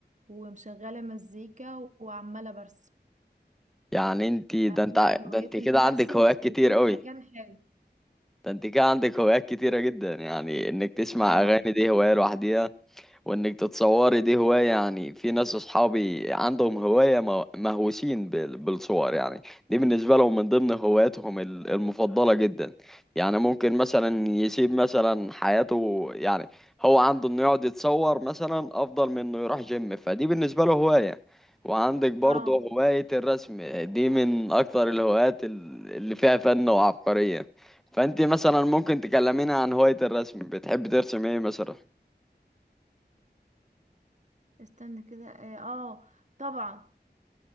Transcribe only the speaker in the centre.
يعني انتي
ده انت
ع-
ده انت كده
عندك
هوايات
كتير
قوي
ده انت كده عندك هوايات كتيرة جدا يعني انك تسمع
اغاني دي هواية لوحديها وانك تتصوري دي هواية يعني في ناس اصحابي عندهم هواية مه- مهووسين بال- بالصور يعني دي بالنسبة لهم من ضمن هواياتهم ال- المفضلة جدا يعني ممكن مثلا يسيب مثلا حياته يعني هو عنده انه يقعد يتصور مثلا افضل من انه يروح جيم فدي بالنسبة له هواية وعندك برضه
هواية الرسم دي من اكتر الهوايات ال- اللي فيها فن وعبقرية فانت مثلا ممكن تكلمينا عن هواية الرسم بتحب ترسم ايه مثلا